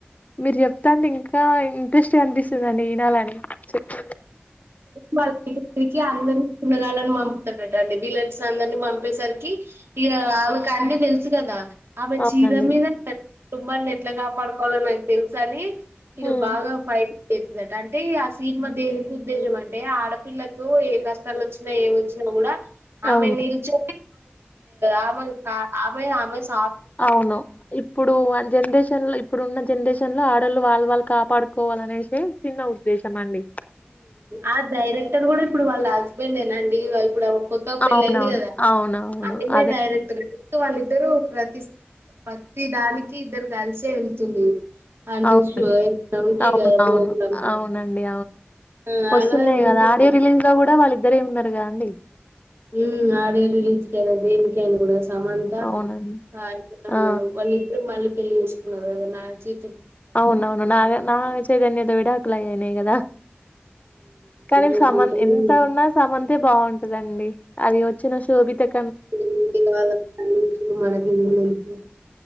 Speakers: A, on the left (about 40°); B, on the right (about 85°).
A: మీరు చెప్తా ఉంటే ఇంకా ఇంట్రెస్ట్ గా అనిపిస్తుందండి ఈనాలని చెప్పు.
B: వాళ్ళ అందరికీ ఉండగాలని పంపుతున్నరండి వీలర్స్ అందరిని పంపేసరికి. కి ఇంకా ఆమెకు అన్ని తెలుసు కదా. ఆమె
A: అవునండి
B: చీర మీద కుటుంబాన్ని ఎట్లా కాపాడుకోవలో నాకు తెలుసు అని. ఇంకా
A: హ్మ్.
B: బాగా ఫైట్ చేస్తుందట అంటే ఇగ ఆ సీన్మా దేనికి. ఉద్దేశం అంటే ఆడపిల్లకూ ఏ కష్టలొచ్చినా ఏవొచ్చినా కూడా ఆమె
A: అవును
B: నిల్చొని. ఆహ్ ఇంకా ఆమె ఆమెకు స్.
A: అవును ఇప్పుడూ అన్. జన్రేషన్ లొ ఇప్పుడు ఉన్న జన్రేషన్ ల ఆడొళ్ళు వాళ్ళు వాళ్ కాపాడుకోవాలనేసి చిన్న ఉద్దేశం అండి.
B: ఆ డైరెక్టర్ కూడా ఇప్పుడు వాళ్ళా హస్బెండేనండీ ఇప్పుడు ఆమెకు కొత్తగ పెళ్ళయింది
A: అవునవును
B: కదా
A: అవునవును
B: అయనే
A: అదే
B: డైరెక్టర్. వాళ్ళిద్దరూ ప్రతి సి ప్రతి దానికి ఇద్దరు కలిసే ఎళ్తుంరు. అంటే
A: అవునండి
B: షో <unintelligible>
A: అవునవును అవునండి
B: ఆ
A: వస్తున్నాయి
B: అలా వెళ్తున్నారు
A: కదా ఆడియో రిలీజ్ లో కూడా వాళ్ళిద్దరే ఉన్నారు కదా అండి.
B: ఉమ్ ఆడియో రిలీజ్కేనై దేనికైన కూడా. సమంత
A: అవునండి
B: బాయ్ ఫ్రెండ్
A: ఆ
B: వాళ్ళి ఇద్దరు మళ్ళీ పెళ్లి చేస్కున్నరు కదా నాచి.
A: అవునవును నాగ నాగ చైతన్యతొ విడాకులు అయ్నయ్ కదా. కానీ
B: ఎట్లుంటది
A: సమంత ఎంత ఉన్నా సమంతె. బాగుంటదండి అది వచ్చిన శోభితక్.
B: ఉమ్ ఇంగ వాళ్లకు అన్ని చూసిన మనకెందుకు.